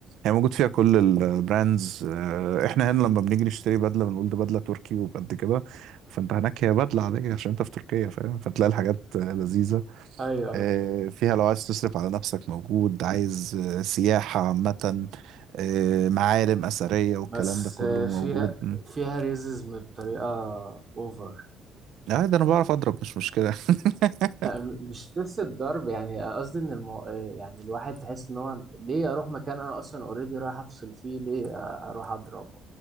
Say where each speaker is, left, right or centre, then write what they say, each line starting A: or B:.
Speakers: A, on the right; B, on the right.
A: هي موجود فيها كل البراندز آه، احنا هنا لما بنيجي نشتري بدلة بنقول ده بدلة تركي وبقد كده فانت هناك هي بدلة عادية عشان انت في تركيا فاهم فتلاقي الحاجات آه، لذيذة
B: ايوه ايوه
A: آه، فيها لو عايز تصرف على نفسك موجود عايز آه، سياحة عامة آه، معالم أثرية والكلام
B: بس
A: ده كله
B: آه،
A: موجود
B: فيها
A: م.
B: فيها ريزيزم بطريقه اوفر
A: آه، ده انا بعرف اضرب مش مشكلة <laughs>
B: <laughs> مش نفس الضرب يعني قصدي ان المو... آه، يعني الواحد تحس ان هو ليه اروح مكان انا اصلا اوريدي رايح افصل فيه ليه آه، اروح اضرب